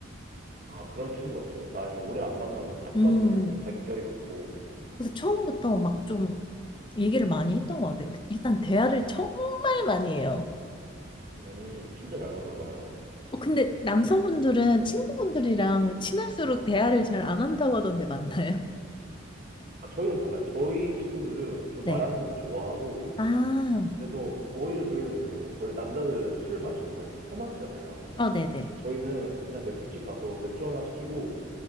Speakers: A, on the right; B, on the left.
A: 아, 그런 친구가 있죠. 많이 오래 안 만나도 딱
B: 음,
A: 봐도 그냥 자기 결이 맞고.
B: 그래서 처음부터 막 좀 얘기를 많이 했던 것 같아요. 일단 대화를 정말 많이 해요.
A: 음, 진짜 잘 맞나 봐요.
B: 어, 근데 남성분들은 친구분들이랑 친할수록 대화를 잘 안 한다고 하던데 맞나요?
A: 아, 저희는 달라요. 저희 친구들은 좀
B: <laughs> 네.
A: 말하는 것도 좋아하고,
B: 아,
A: 그래서 오히려 저희는 뭐, 원래 남자들은 술 마시면 막 이렇게 퍼마시잖아요.
B: 어, 네네.
A: 저희는 그냥 맥주집 가서 맥주 하나 시키고,